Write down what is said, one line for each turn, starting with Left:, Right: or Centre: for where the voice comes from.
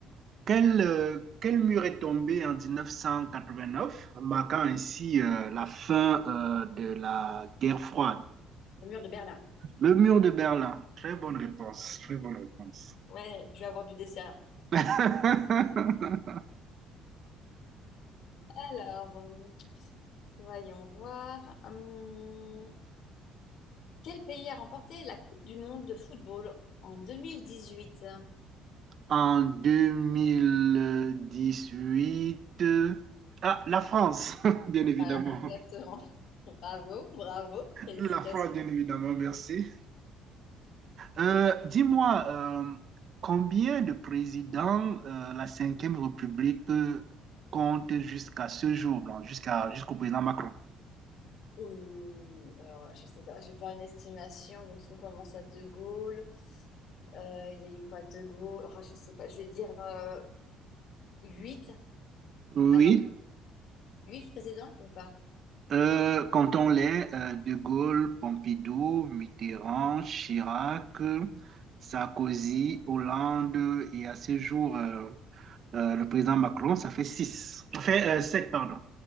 Right: quel, euh, quel mur est tombé en mille neuf cent quatre-vingt-neuf marquant ainsi euh, la fin euh, de la guerre froide?
Left: le mur de Berlin.
Right: Le mur de Berlin. Très bonne réponse, très bonne réponse.
Left: Ouais, je vais avoir du dessert.
Right: <laughs>
Left: Alors, euh, voyons voir. Hum, quel pays a remporté la Coupe du monde de football en 2018?
Right: En 2018, euh, ah, la France, <laughs> bien évidemment.
Left: Voilà, exactement. <laughs> Bravo, bravo, félicitations.
Right: La France, bien évidemment, merci. Euh, dis-moi, euh, combien de présidents euh, la Cinquième République euh, compte jusqu'à ce jour, là, jusqu'à, jusqu'au président Macron?
Left: Ouh, alors, je sais pas, je vais faire une estimation. Donc, on commence à De Gaulle. Euh, Il y a eu quoi, De Gaulle? Oh, je sais pas, je vais dire euh, 8.
Right: Oui,
Left: Ah non, 8 présidents ou pas?
Right: euh, comptons-les, euh, De Gaulle, Pompidou, Mitterrand, Chirac, euh, Sarkozy, Hollande et à ce jour, euh, euh, le président Macron, ça fait six. Ça fait euh, sept, pardon.